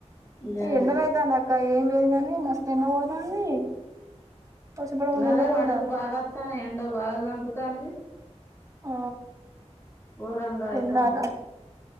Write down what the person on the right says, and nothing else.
ఎండలయితంది అక్క ఏం లేదు గాని మస్త్ ఎండా కొడతాంది. వర్షపడకుండా
ఎండ కొడతాంది
ఆ
ఎండాట